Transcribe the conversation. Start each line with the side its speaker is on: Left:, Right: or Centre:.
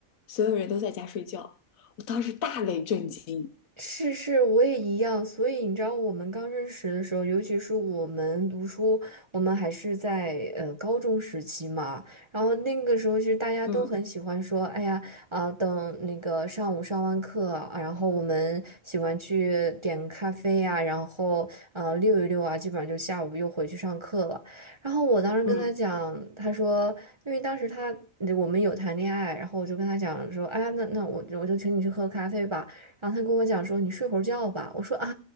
Left: 所有人都在家睡觉。我当时大为震惊。
Right: 是是，我也一样。所以你知道，我们刚认识的时候，尤其是我们读书，我们还是在呃高中时期嘛。然后那个时候，其实大家都很喜欢说，
Left: 嗯
Right: 哎呀，啊、等那个上午上完课啊然后我们喜欢去点个咖啡呀、然后呃溜一溜啊，基本上就下午又回去上课了。然后我当时跟他讲，
Left: 嗯，
Right: 他说，因为当时他我们有谈恋爱，然后我就跟他讲说，哎，那那我我就请你去喝咖啡吧。然后他跟我讲说你睡会儿觉吧。我说啊，